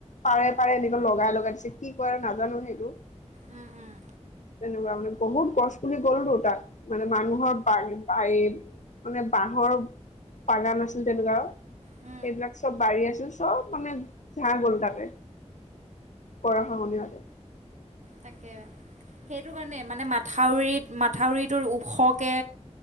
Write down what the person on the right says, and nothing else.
উম উম।
উম।
তাকে। সেইটো কাৰণে মানে মাথাউৰিত মাথাউৰিটোৰ ওখকে